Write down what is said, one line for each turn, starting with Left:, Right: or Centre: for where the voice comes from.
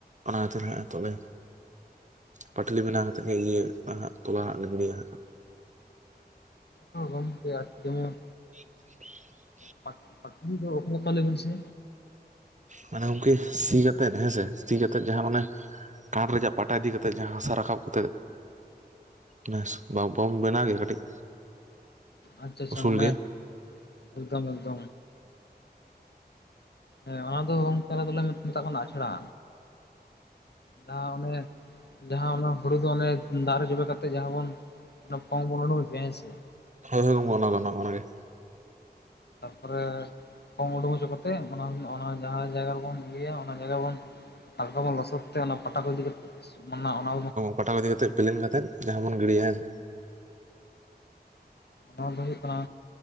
Right: ᱚᱱᱟᱛᱮ ᱦᱮ ᱛᱚᱞᱮ ᱯᱟᱴᱞᱤ ᱵᱮᱱᱟᱣ ᱠᱟᱛᱮᱫ ᱜᱮ ᱤᱭᱟᱹᱜ ᱛᱚᱞᱟ ᱦᱟᱸᱜ ᱞᱮ ᱜᱤᱲᱤᱭᱟ
Left: ᱦᱚᱸ ᱜᱚᱝᱠᱮ ᱟᱨ ᱡᱮᱢᱚᱱ
Right: <unintelligible>
Left: ᱯᱟᱴ ᱯᱟᱴᱞᱤ ᱫᱚ ᱚᱠᱟᱞᱮᱠᱟ ᱞᱮᱹᱭ ᱵᱤᱱ ᱥᱮ
Right: ᱢᱟᱱᱮ ᱜᱚᱢᱠᱮ ᱥᱤ ᱠᱟᱛᱮᱫ ᱦᱮᱸᱥᱮ ᱥᱤ ᱠᱟᱛᱮᱫ ᱡᱟᱦᱟᱸ ᱚᱱᱮ ᱠᱟᱴ ᱨᱮᱭᱟᱜ ᱯᱟᱴᱟ ᱤᱫᱤ ᱠᱟᱛᱮᱫ ᱡᱟᱦᱟᱸ ᱦᱟᱥᱟ ᱨᱟᱠᱟᱵ ᱠᱟᱛᱮᱫ ᱱᱮᱥ ᱵᱟᱵᱚᱱ ᱵᱮᱱᱟᱣ ᱜᱮᱭᱟ ᱠᱟᱹᱴᱤᱡ
Left: ᱟᱪᱪᱷᱟ ᱟᱪᱪᱷᱟ
Right: ᱩᱥᱩᱞ
Left: ᱢᱟᱱᱮ
Right: ᱜᱮ
Left: ᱮᱠᱫᱚᱢ ᱮᱠᱫᱚᱢ ᱦᱮᱸ ᱚᱱᱟ ᱫᱚ ᱜᱚᱝᱠᱮ ᱟᱞᱮ ᱫᱚᱞᱮ ᱢᱮᱛᱟᱜ ᱠᱟᱱᱟ ᱟᱪᱷᱟᱲᱟ ᱡᱟᱦᱟᱸ ᱚᱱᱮ ᱡᱟᱦᱟᱸ ᱚᱱᱟ ᱦᱩᱲᱩ ᱫᱚ ᱚᱱᱮ ᱫᱟᱜ ᱨᱮ ᱡᱚᱵᱮ ᱠᱟᱛᱮᱜ ᱡᱟᱦᱟᱸ ᱵᱚᱱ ᱚᱱᱟ ᱯᱚᱝ ᱵᱚᱱ ᱩᱰᱩᱠ ᱦᱚᱪᱚᱭᱟ ᱦᱮᱸ ᱥᱮ
Right: ᱦᱳᱭ ᱦᱳᱭ ᱚᱱᱟ ᱚᱱᱟᱜᱮ
Left: ᱛᱟᱨᱯᱚᱨᱮ ᱯᱚᱝ ᱩᱰᱩᱠ ᱦᱚᱪᱚ ᱠᱟᱛᱮᱫ ᱚᱱᱟ ᱚᱱᱟ ᱡᱟᱦᱟᱸ ᱡᱟᱭᱜᱟ ᱨᱮᱵᱚᱱ ᱤᱭᱟᱹᱭᱟ ᱚᱱᱟ ᱡᱟᱭᱜᱟ ᱵᱚᱱ ᱦᱟᱞᱠᱟ ᱵᱚᱱ ᱞᱚᱥᱚᱫ ᱛᱮ ᱚᱱᱟ ᱯᱟᱴᱟ ᱠᱚ ᱤᱫᱤ ᱠᱟᱛᱮ ᱚᱱᱟ ᱚᱱᱟ
Right: ᱯᱟᱴᱟᱠᱚ ᱤᱫᱤ ᱠᱟᱛᱮᱫ ᱯᱮᱞᱮᱱ ᱠᱟᱛᱮᱫ ᱡᱟᱦᱟᱸ ᱵᱚᱱ ᱜᱤᱰᱤᱭᱟ ᱦᱮᱸ ᱥᱮ
Left: ᱚᱱᱟ ᱫᱚ ᱦᱩᱭᱩᱜ ᱠᱟᱱᱟ